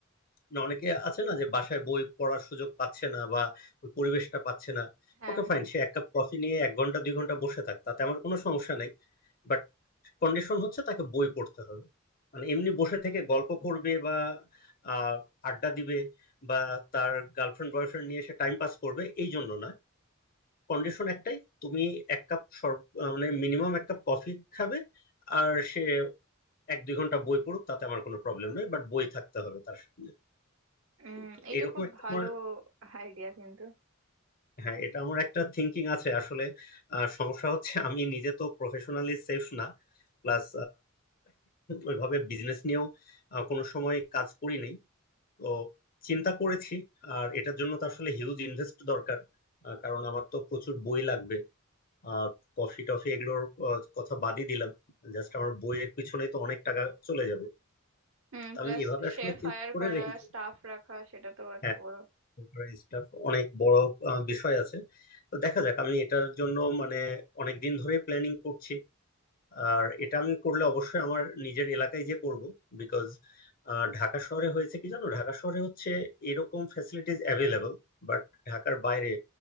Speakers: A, on the left (about 45°); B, on the right (about 75°).
A: না, অনেকে আছে না যে বাসায় বই পড়ার সুযোগ পাচ্ছে না বা ওই পরিবেশটা পাচ্ছে না
B: হ্যাঁ
A: ওকে
B: হ্যাঁ
A: ফাইন সে এক কাপ কফি নিয়ে এক ঘন্টা দুই ঘন্টা বসে থাক তাতে আমার কোনো সমস্যা নেই বাট কন্ডিশন হচ্ছে তাকে বই পড়তে হবে মানে এমনি বসে থেকে গল্প করবে বা আহ, আড্ডা দিবে বা তার গার্লফ্রেন্ড বয়ফ্রেন্ড নিয়ে সে টাইম পাস করবে এই জন্য না কন্ডিশন একটাই তুমি এক কাপ সর- আহ, মানে মিনিমাম এক কাপ কফি খাবে আর সে এক দুই ঘন্টা বই পড়ুক তাতে আমার কোনো প্রবলেম নেই বাট বই থাকতে হবে তার সামনে
B: উম
A: তো
B: এটা
A: এরকম
B: খুব
A: একটা
B: ভালো
A: তোমার
B: আইডিয়া কিন্তু
A: হ্যাঁ এটা আমার একটা থিঙ্কিং আছে আসলে আহ, সমস্যা হচ্ছে আমি নিজে তো প্রফেশনালি সেফ না প্লাস ওইভাবে বিজনেস নিয়েও আহ, কোনো সময় কাজ করি নাই তো চিন্তা করেছি আর এটার জন্য তো আসলে হিউজ ইনভেস্ট দরকার আহ, কারণ আমার তো প্রচুর বই লাগবে আর কফি টফি এগুলোর আহ, কথা বাদই দিলাম জাস্ট আমার বইয়ের পিছনেই তো অনেক টাকা চলে যাবে
B: হুম
A: তো
B: প্লাস
A: আমি এভাবে আসলে
B: শেফ
A: চিন্তা
B: হায়ার
A: করে
B: করা
A: রেখেছি
B: স্টাফ রাখা সেটা তো একটা
A: হ্যাঁ,
B: বড়
A: স্টাফ অনেক বড় আহ, বিষয় আছে তো দেখা যাক আমি এটার জন্য মানে অনেক দিন ধরে প্ল্যানিং করছি আর এটা আমি করলে অবশ্যই আমার নিজের এলাকায় যে করব বিকজ ঢাকা শহরে হয়েছে কি জানো ঢাকা শহরে হচ্ছে এরকম ফ্যাসিলিটিস অ্যাভেলেবল বাট ঢাকার বাইরে